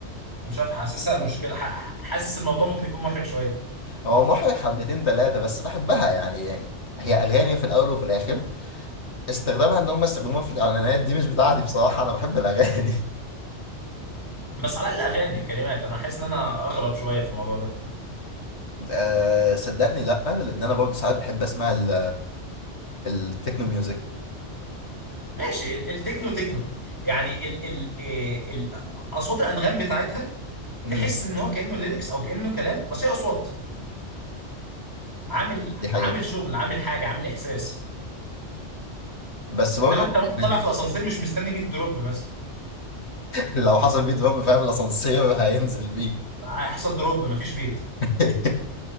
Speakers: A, on the left; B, on the left.
A: انا مش عارف حاسسها مشكله ح- حاسس الموضوع ممكن يكون محرج شويه
B: هو محرج حبتين ثلاثه بس بحبها يعني, يعني هي اغاني في الاول وفي الاخر استخدامها ان هم يستخدموها في الاعلانات دي مش بتاعتي بصراحه انا بحب الاغاني <laughs>
A: بس على الاقل اغاني كلمات انا حاسس ان انا اغرب شويه في الموضوع ده
B: أه صدقني لا لان انا برضه ساعات بحب اسمع ال- التكنو ميوزك
A: ماشي ال- التكنو تكنو يعني ال ال إيه، ال آه، اصوات الانغام بتاعتها
B: امم
A: تحس ان هو كانه ليركس او كانه كلام بس هي اصوات عامل
B: دي حقيقه
A: عامل شغل عامل حاجه عامل احساس
B: بس برضه
A: انما انت وانت
B: <laughs>
A: طالع في الاسانسير مش مستني بيت دروب مثلا
B: لو حصل بيه دروب فاهم الاسانسير هينزل بيك
A: هيحصل دروب مفيش بيت
B: <laughs>